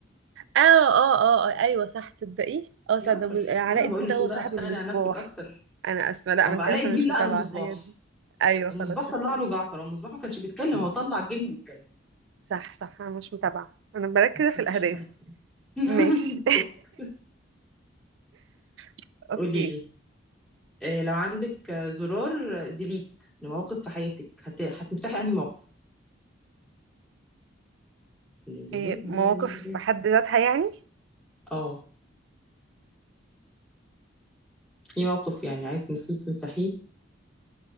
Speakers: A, on the right; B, in the centre.
A: اه اه اه آه، ايوه صح تصدقي اه صح
B: جعفر
A: ده مز- علاء
B: انا
A: الدين
B: بقول
A: ده
B: لك
A: هو
B: ايه بقى
A: صاحب
B: اشتغلي
A: المصباح
B: على نفسك اكتر
A: انا اسفه لا
B: او
A: ما انت
B: علاء
A: عارفه
B: الدين
A: انا مش
B: لقى
A: متابعه
B: المصباح
A: على الحاجات دي ايوه
B: المصباح
A: خلاص اوكي
B: طلع له جعفر هو المصباح ما كانش بيتكلم هو طلع الجني بيتكلم
A: صح صح انا مش متابعه انا مركزه في
B: مفيش
A: الاهداف
B: مفاجأة. <laughs>
A: ماشي
B: بالظبط
A: <laughs> اوكي
B: قولي لي آه، لو عندك آه، زرار ديليت لمواقف في حياتك هت... هتمسحي انهي موقف دي دي
A: إيه
B: دي
A: مواقف
B: دي.
A: في حد ذاتها يعني
B: اه ايه موقف يعني عايز تنسيه تمسحيه